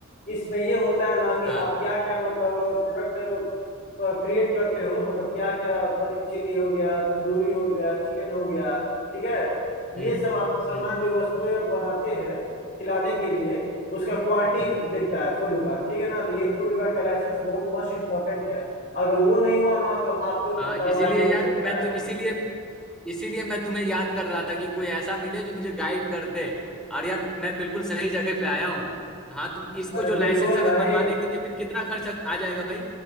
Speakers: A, on the left; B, in the centre.
A: इसमें ये होता है ना कि
B: हाँ
A: आप क्या क्या मतलब प्रोडक्ट क्रिएट करते हो मतलब क्या क्या पनीर चिल्ली हो गया तंदूरी हो गया चिकन हो गया ठीक है ये
B: हम्म
A: सब आप सामान
B: हम्म
A: जो वस्तुएं बनाते हैं खिलाने के लिए उसका क्वालिटी
B: हम्म
A: देखता है फूड विभाग ठीक है ना तो ये फूड विभाग का लाइसेंस बहुत मस्ट इम्पोर्टेंट है अगर वो नहीं हुआ ना तो आपके ऊपर
B: हाँ
A: कार्रवाई
B: इसीलिए
A: भी हो
B: यार
A: सकता
B: मैं
A: है
B: तो इसीलिए इसीलिए मैं तुम्हें याद कर रहा था कि कोई ऐसा मिले जो मुझे गाइड कर दे और यार मैं बिल्कुल सही जगह पे आया हूँ हाँ तो इसको
A: अरे
B: जो लाइसेंस
A: बिल्कुल
B: अगर
A: भाई
B: बनवाने के लिए फिर कितना खर्च आ जाएगा भाई